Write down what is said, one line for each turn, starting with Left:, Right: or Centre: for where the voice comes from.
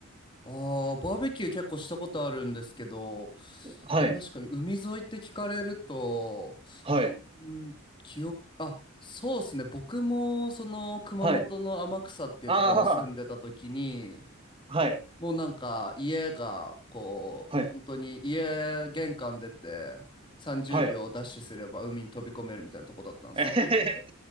Left: ああ、バーベキュー結構したことあるんですけど、
Right: はい、
Left: 確かに海沿いって聞かれると、
Right: はい、
Left: うん、記憶、あ、そうですね。僕もその熊本の天草っていうところに住んでた時に、
Right: はい。ああ、はい、
Left: もうなんか家がこう本当に家玄関出て30秒ダッシュすれば海に飛び込めるみたいなとこだったんですよ。
Right: はい、はい。<laughs> えへへへ。